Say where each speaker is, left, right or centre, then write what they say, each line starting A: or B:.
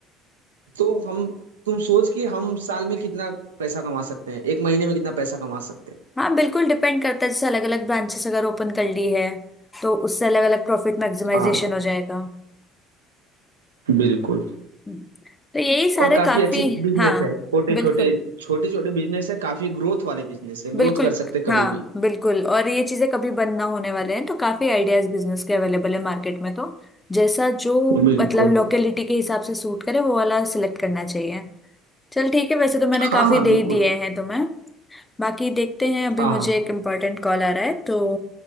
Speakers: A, on the right; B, on the left.
A: तो हम तुम सोच कि हम साल में कितना पैसा कमा सकते हैं एक महीने में कितना पैसा कमा सकते हैं
B: हाँ बिल्कुल डिपेंड करता है जैसे अलग अलग ब्रांचेस अगर ओपन कर ली है तो उससे अलग अलग प्रॉफिट मैक्सिमाइजेशन
A: हाँ
B: हो जाएगा
A: बिल्कुल
B: तो यही सारे
A: और काफी
B: काफी
A: अच्छी बिजनेस
B: हाँ
A: है छोटे
B: बिल्कुल
A: छोटे छोटे छोटे बिजनेस है काफी ग्रोथ वाले बिजनेस है
B: बिल्कुल
A: ग्रोथ कर सकते हैं
B: हाँ
A: कभी भी
B: बिल्कुल और ये चीजें कभी बंद ना होने वाले हैं तो काफी आइडियाज बिजनेस के अवेलेबल है मार्केट में तो जैसा जो
A: बिल्कुल
B: मतलब लोकेलिटी के हिसाब से सूट करे वो वाला सिलेक्ट करना चाहिए चल ठीक है वैसे तो मैंने
A: हाँ
B: काफी
A: हाँ
B: दे
A: बिल्कुल
B: ही दिए हैं तुम्हें बाकी देखते हैं अभी
A: हाँ
B: मुझे
A: हाँ
B: एक इम्पोर्टेंट कॉल आ रहा है तो